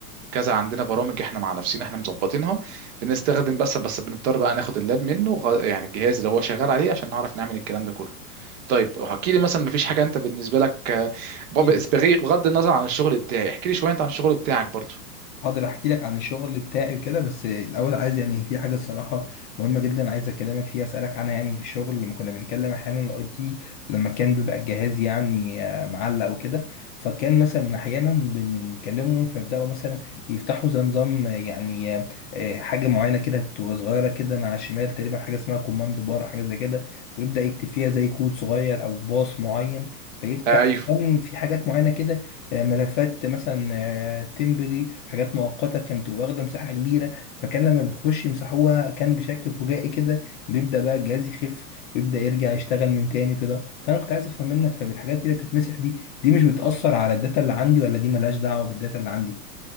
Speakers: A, on the right; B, on the left.
A: كذا عندنا برامج احنا مع نفسنا احنا مظبطينها بنستخدم بس بس بنضطر بقى ناخد اللاب منه غ- يعني الجهاز اللي هو شغال عليه عشان نعرف نعمل الكلام ده كله طيب احكي لي مثلا مفيش حاجه انت بالنسبه لك آه، بغ-
B: كتير
A: بغض النظر عن الشغل بتاعي احكي لي شويه انت عن الشغل بتاعك برضو
B: هقدر احكي لك عن الشغل بتاعي وكده بس الاول عايز يعني في حاجه الصراحه مهمه جدا عايز اكلمك فيها اسالك عنها يعني في الشغل لما كنا بنتكلم احيانا الاي تي لما كان بيبقى الجهاز يعني آه، معلق وكده فكان مثلا احيانا بنكلمهم فيبداوا مثلا يفتحوا زي نظام آه، يعني آه، آه، حاجه معينه كده تبقى صغيره كده على الشمال تقريبا حاجه اسمها كوماند بار او حاجه زي كده ويبدا يكتب فيها زي كود صغير او باص معين فيفتح
A: ايوه
B: كان في حاجات معينه كده آه، ملفات مثلا آه، تمبري حاجات مؤقته كانت بتبقى واخده مساحه كبيره فكان لما بيخش يمسحوها كان بشكل فجائي كده بيبدا بقى الجهاز يخف ويبدا يرجع يشتغل من تاني كده فانا كنت عايز افهم منك طب الحاجات اللي بتتمسح دي دي مش بتاثر على الداتا اللي عندي ولا دي ملهاش دعوه بالداتا اللي عندي